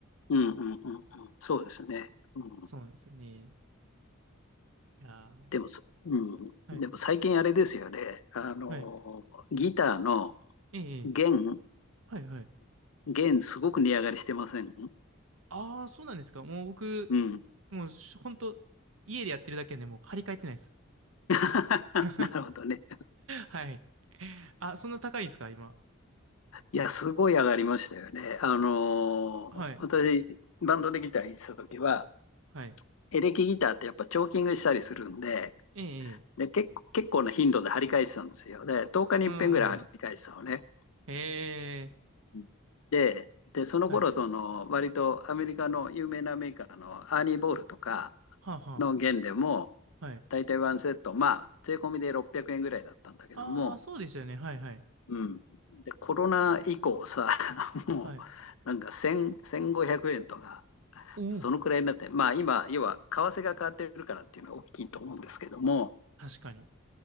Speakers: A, on the left; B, on the right.
A: んうんうんうんうん、そうですね。うん、
B: そうなんですよね。いやー、
A: でもそ、うん、
B: はい。
A: でも最近あれですよね。あの、
B: はい。
A: ギターの
B: ええ、
A: 弦、
B: はい、はい。
A: 弦すごく値上がりしてません
B: ああ、そうなんですか。もう僕、
A: うん。
B: もう、しほんと、家でやってるだけでもう張り替えてないです。
A: <laughs>
B: <laughs>
A: なるほどね。
B: はい。あ、そんな高いんですか、今。
A: いや、すごい上がりましたよね。あのー私、
B: はい。
A: バンドでギター弾いてた時は、
B: はい。
A: エレキギターってやっぱチョーキングしたりするんで、
B: ええ、ええ
A: で、結構、結構な頻度で張り替えてたんですよ。で、10日に1遍ぐらい張り替えてたのね。
B: うん。ええ
A: うんで、で、その頃、
B: はい。
A: その、割とアメリカの有名なメーカーのアーニー・ボールとか
B: はあ、は
A: の弦でも、
B: あ、はい。
A: 大体ワンセット、まあ、税込みで600円ぐらいだったんだけども、
B: ああ、そうでしたよね。はい、はい。
A: うん。で、コロナ以降さ、<laughs> もう、
B: はい。
A: なんか1000、1500円とか、
B: おお、
A: そのくらいになって、まあ今、要は為替が変わってるからっていうのは大きいと思うんですけども、
B: 確かに。